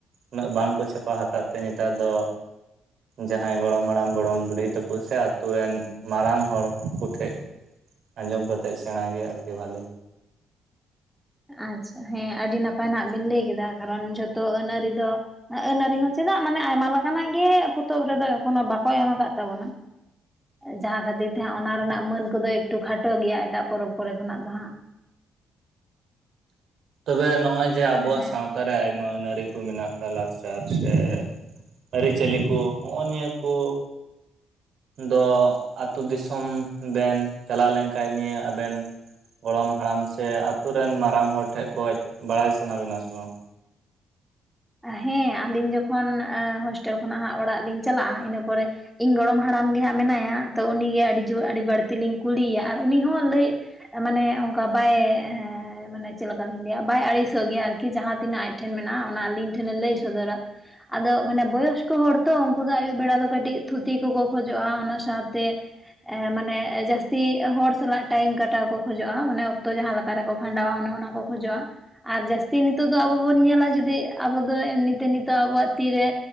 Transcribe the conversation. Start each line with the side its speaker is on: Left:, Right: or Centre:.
Right: ᱩᱱᱟᱹᱜ ᱵᱟᱝᱠᱚ ᱪᱷᱟᱯᱟ ᱟᱠᱟᱫ ᱛᱮ ᱱᱮᱛᱟᱨ ᱫᱚ, ᱡᱟᱦᱟᱸᱭ ᱜᱚᱲᱚᱢ ᱦᱟᱲᱟᱢ ᱜᱚᱲᱚᱢ ᱵᱩᱰᱷᱤ ᱛᱟᱠᱚ ᱥᱮ ᱟᱛᱳ ᱨᱮᱱ ᱢᱟᱨᱟᱝ ᱦᱚᱲ ᱠᱚᱴᱷᱮᱜ, ᱟᱸᱡᱚᱢ ᱠᱟᱛᱮᱫ ᱥᱮᱬᱟ ᱜᱮ ᱟᱨᱠᱤ ᱵᱷᱟᱞᱮ᱾
Centre: ᱟᱪᱪᱷᱟ ᱦᱮᱸ ᱟᱹᱰᱤ ᱱᱟᱯᱟᱭ ᱱᱟᱜ ᱵᱤᱱ ᱞᱟᱹᱭ ᱠᱮᱫᱟ ᱠᱟᱨᱚᱱ ᱡᱷᱚᱛᱚ ᱟᱹᱱ ᱟᱹᱨᱤ ᱫᱚᱼᱼ ᱟᱹᱱ ᱟᱹᱨᱤ ᱦᱚᱸ ᱪᱮᱫᱟᱜ ᱢᱟᱱᱮ ᱟᱭᱢᱟ ᱞᱮᱠᱟᱱᱟᱜ ᱜᱮ ᱯᱚᱛᱚᱵ ᱨᱮᱫᱚ ᱮᱠᱷᱚᱱᱚ ᱵᱟᱠᱚ ᱮᱢ ᱟᱠᱟᱫ ᱛᱟᱵᱚᱱᱟᱼᱼ ᱡᱟᱦᱟᱸ ᱠᱷᱟᱹᱛᱤᱨ ᱛᱮᱟᱸᱜ ᱚᱱᱟ ᱨᱮᱱᱟᱜ ᱢᱟᱹᱱ ᱠᱚᱫᱚ ᱮᱠᱴᱩ ᱠᱷᱟᱴᱚ ᱜᱮᱭᱟ ᱮᱴᱟᱜ ᱯᱚᱨᱚᱵᱽ ᱠᱚᱨᱮ ᱠᱷᱚᱱᱟᱜ ᱫᱚ ᱦᱟᱸᱜᱼᱼ
Right: ᱛᱚᱵᱮ ᱱᱚᱜᱼᱚᱭ ᱡᱮ ᱟᱵᱚᱣᱟᱜ
Centre: ᱦᱮᱸ
Right: ᱥᱟᱶᱛᱼᱼ ᱥᱟᱣᱛᱟ ᱨᱮ ᱟᱭᱢᱟ ᱟᱹᱱ ᱟᱹᱨᱤ ᱠᱚ ᱢᱮᱱᱟᱜ ᱟᱠᱟᱫ ᱞᱟᱠᱪᱟᱨ ᱥᱮᱼᱼ ᱟᱹᱨᱤᱪᱟᱹᱞᱤ ᱠᱩ ᱦᱚᱜᱼᱚᱭ ᱱᱤᱭᱟᱹ ᱠᱩᱼᱼ ᱫᱚ ᱟᱹᱛᱩ ᱫᱤᱥᱚᱢ ᱵᱮᱱ ᱪᱟᱞᱟᱣ ᱞᱮᱱᱠᱷᱟᱱ ᱱᱤᱭᱟᱹ ᱟᱵᱮᱱᱼᱼ ᱜᱚᱲᱚᱢ ᱦᱟᱲᱟᱢ ᱥᱮ ᱟᱛᱳ ᱨᱮᱱ ᱢᱟᱨᱟᱝ ᱦᱚᱲ ᱴᱷᱮᱱ ᱠᱷᱚᱡ ᱵᱟᱲᱟᱭ ᱥᱟᱱᱟ ᱵᱤᱱᱟ ᱥᱮ ᱵᱟᱝ,
Centre: ᱦᱮᱸ ᱟᱹᱞᱤᱧ ᱡᱚᱠᱷᱚᱱ ᱦᱚᱳᱥᱴᱮᱞ ᱠᱷᱚᱱᱟᱜ ᱦᱟᱸᱜ ᱚᱲᱟᱜ ᱞᱤᱧ ᱪᱟᱞᱟᱜᱼᱟ ᱤᱱᱟᱹ ᱯᱚᱨᱮᱼᱼ ᱤᱧ ᱜᱚᱲᱚᱢ ᱦᱟᱲᱟᱢ ᱜᱮ ᱦᱟᱸᱜᱼᱼ ᱢᱮᱱᱟᱭᱟ ᱛᱚ ᱩᱱᱤᱜᱮ ᱟᱹᱰᱤ ᱡᱳᱨ ᱟᱹᱰᱤ ᱵᱟᱹᱲᱛᱤ ᱞᱤᱧ ᱠᱩᱞᱤᱭᱮᱭᱟ ᱟᱨ ᱩᱱᱤ ᱦᱚᱸ ᱞᱟᱹᱭᱼᱼ ᱢᱟᱱᱮ ᱚᱱᱠᱟ ᱵᱟᱭ ᱢᱟᱱᱮ ᱪᱮᱫᱠᱟᱞᱤᱤᱧ ᱞᱟᱹᱭᱟ ᱵᱟᱭ ᱟᱹᱲᱤᱥᱚᱜ ᱜᱮᱭᱟ ᱟᱨᱠᱤᱼᱼ ᱠᱤ ᱡᱟᱦᱟᱸ ᱛᱤᱱᱟᱹᱜ ᱟᱡ ᱴᱷᱮᱱ ᱢᱮᱱᱟᱜᱼᱟ ᱚᱱᱟ ᱟᱞᱤᱧ ᱴᱷᱮᱱᱮ ᱞᱟᱹᱭ ᱥᱚᱫᱚᱨᱟᱼᱼ ᱟᱫᱚ ᱢᱟᱱᱮ ᱵᱚᱭᱚᱥᱠᱚ ᱦᱚᱲ ᱛᱚ ᱩᱱᱠᱩ ᱫᱚ ᱟᱹᱭᱩᱵ ᱵᱮᱲᱟ ᱫᱚ ᱠᱟᱹᱴᱤᱡ ᱛᱷᱩᱛᱤ ᱠᱚᱠᱚ ᱠᱷᱚᱡᱚᱜᱼᱟ ᱚᱱᱟ ᱥᱟᱶᱛᱮᱼᱼ ᱢᱟᱱᱮ ᱡᱟᱹᱥᱛᱤ ᱦᱚᱲ ᱥᱟᱞᱟᱜ ᱴᱟᱭᱤᱢ ᱠᱟᱴᱟᱣ ᱠᱚ ᱠᱷᱚᱡᱚᱜᱼᱟ ᱢᱟᱱᱮ ᱚᱠᱛᱚ ᱡᱟᱦᱟᱸ ᱞᱮᱠᱟᱼᱼ ᱚᱠᱟ ᱨᱮᱠᱚ ᱠᱷᱟᱸᱰᱟᱣᱟ ᱚᱱᱮ ᱚᱱᱟ ᱠᱚ ᱠᱷᱚᱡᱚᱜᱼᱟ ᱟᱨ ᱡᱟᱹᱥᱛᱤ ᱱᱤᱛᱚᱜ ᱫᱚ ᱟᱵᱚ ᱵᱚᱱ ᱧᱮᱞᱟ ᱡᱩᱫᱤᱼᱼ ᱟᱵᱚ ᱫᱚ ᱮᱢᱱᱤᱛᱮ ᱱᱤᱛᱚᱜ ᱟᱵᱚᱣᱟᱜ ᱛᱤᱨᱮ